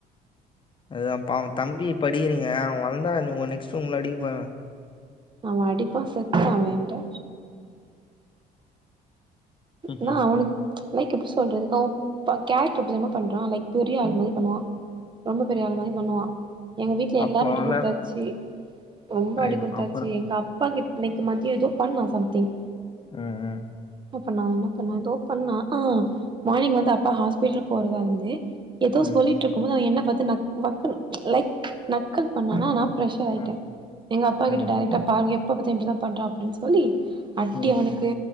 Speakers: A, on the left; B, on the right.
A: அதா பாவோ தம்பி இப்ப அடிக்கிறீங்க அவன் வளந்தா நெக்ஸ்ட் உங்கள அடிக்க போறா
B: அவன் அடிப்பா செத்தா அவன் என்கிட்ட
A: ம்ஹும்.
B: என்னா அவனுக் லைக் எப்டி சொல்றது அவன் கேரக்டர் எப்டி தெரிமா பண்றா லைக் பெரிய ஆள் மாதிரி பண்ணுவா ரொம்ப பெரிய ஆள் மாரி பண்ணுவா எங்க வீட்ல
A: அப்போ
B: எல்லாரு அடி
A: அவள
B: குடுத்தாச்சு ரொம்ப
A: ஐயோ,
B: அடி குடுத்தாச்சு
A: அப்புறம்
B: எங்க அப்பாக்கு இன்னக்கி மதியோ ஏதோ பண்ணா சம்திங்
A: அ அ
B: என்ன என்ன பண்ணா தோ பண்ணா ஆ மார்னிங் வந்து அப்பா ஹாஸ்பிடல் போறதாந்து ஏதோ
A: ம்
B: சொல்லிட்டு இருக்கு போது அவன் என்ன பாத்து நக் வக்குல் லைக் நக்கில் பண்ணானா நா பிரெஷர் பிரஷர் ஆயிட்ட
A: ஆ
B: எங்க அப்பா
A: ஆ
B: கிட்ட டைரெக்டா பாருங்க எப்ப பாத்தாலு இப்டிதா பண்றா அப்டின்னு சொல்லி அட்டி
A: ம்
B: அவனுக்கு